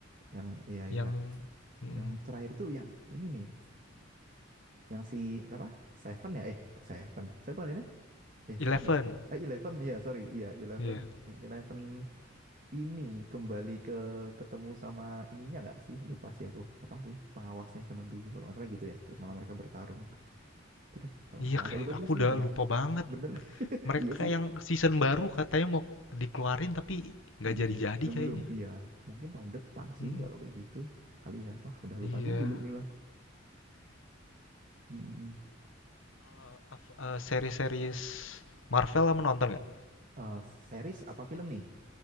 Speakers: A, on the right; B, on the left.
A: yang iya
B: Yang
A: iya
B: mm,
A: yang terakhir tuh yang ini nih yang si apa Seven ya eh kok Seven Seven ini eh
B: Eleven.
A: Seven ya eh Eleven ya sorry iya Eleven
B: Iya.
A: yang Eleven ini kembali ke ketemu sama ininya nggak sih lupa sih aku apa sih pengawasnya zaman dulu kalau nggak salah gitu ya terus malah mereka bertarung gitu deh kalau nggak
B: Iya
A: salah
B: kayak
A: agak lupa juga
B: aku
A: sih
B: udah
A: udah lama
B: lupa banget.
A: bener <laughs>
B: Mereka
A: iya sih
B: yang season baru katanya mau dikeluarin tapi nggak
A: Mm,
B: jadi-jadi
A: Belum
B: kayaknya.
A: belum, iya. Mungkin tahun depan sih
B: Mm-mm.
A: kalau kayak gitu kali ya. Wah, udah
B: Iya.
A: lupa dulu nih mah. Mm,
B: Kalau af- eh, seri-series Marvel kamu nonton nggak?
A: eh, series apa film nih?